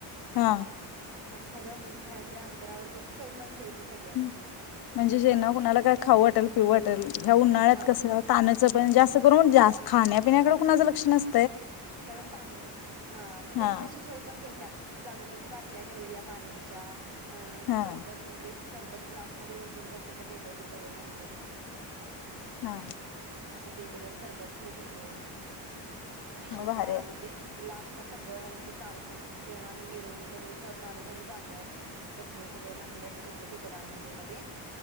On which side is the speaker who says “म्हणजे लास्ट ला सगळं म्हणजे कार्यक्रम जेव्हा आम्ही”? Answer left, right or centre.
Right